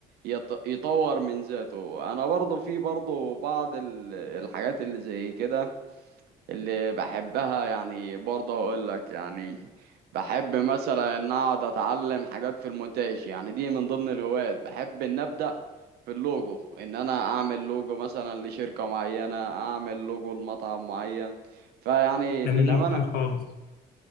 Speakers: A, on the right; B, on the left.
A: يط- يطور من ذاته أنا برضو في برضو بعض ال- الحاجات اللي زي كده اللي بحبها يعني برضو أقولك يعني بحب مثلا إن أقعد أتعلم حاجات في المونتاج يعني دي من ضمن الهوايات بحب إن أبدأ في اللوجو إن أنا أعمل لوجو مثلا لشركة معينة أعمل لوجو لمطعم معين فيعني
B: جميل
A: للأمانة
B: جميل خالص